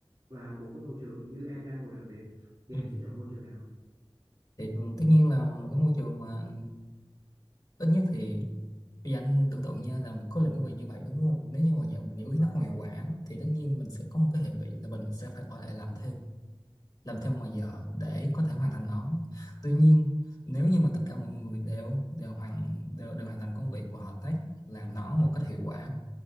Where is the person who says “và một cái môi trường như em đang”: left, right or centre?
Right